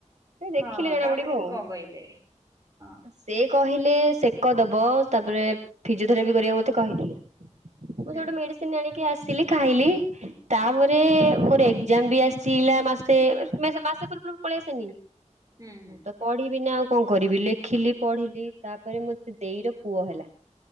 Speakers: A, on the right; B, on the right.
A: ଦେଖିଲେ
B: ହଁ
A: ଜଣା
B: ତାପରେ
A: ପଡିବ
B: ସେ
A: ଆଉ।
B: କଣ କହିଲେ? ହଁ।
A: ସେ କହିଲେ ସେକ ଦବ ତାପରେ ଫିଜିଓଥେରାପି କରିବାକୁ ମତେ କହିିଥିଲେ। ମୁଁ
B: ହୁଁ
A: ସଉଠୁ ମେଡିସିନ ଆଣିକି ଆସିଲି ଖାଇଲି। ତାପରେ ମୋର ଏକ୍ଜାମ ବି ଆସିଲା ମାସେ ମାସେ ପୂର୍ବରୁ ପଳେଇ ଆସେନିକି। ମୋଟା
B: ହୁଁ ହୁଁ।
A: <inaudible> ପଢିବି ନା ଆଉ କଣ କରିବି ଲେଖିଲି ପଢିଲି ତାପରେ ମୋ ସେ ଦେଇର ପୁଅ ହେଲା।